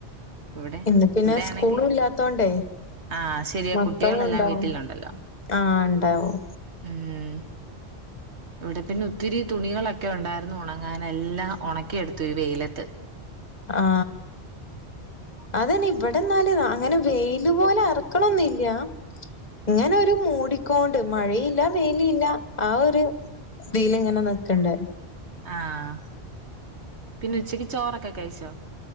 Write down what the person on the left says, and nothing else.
ഇന്ന് പിന്നെ
സ്കൂളു
ഇല്ലാത്തോണ്ടേ
മക്കളും
ഉണ്ടാവും.
ആഹ് ഇണ്ടാവും.
ആഹ്. അത് തന്നെ ഇവിടെ എന്നാല് അങ്ങനെ വെയില് പോലെ അറക്കണ ഒന്നു ഇല്ല. ഇങ്ങനെ ഒരു മൂടിക്കോണ്ട് മഴയില്ല വെയിലില്ല ആ ഒരു വെയിൽ ഇങ്ങനെ നിക്കണ്ട്.